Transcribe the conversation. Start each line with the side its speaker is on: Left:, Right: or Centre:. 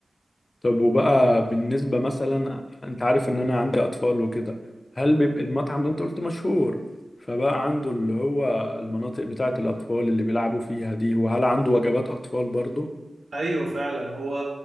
Left: طب وبقى بالنسبة مثلا انت عارف ان انا عندي اطفال وكده هل بيبقى المطعم ده انت قلت مشهور فبقى عنده اللي هو المناطق بتاعة الاطفال اللي بيلعبوا فيها دي وهل عنده وجبات اطفال برضو
Right: ايوه فعلا هو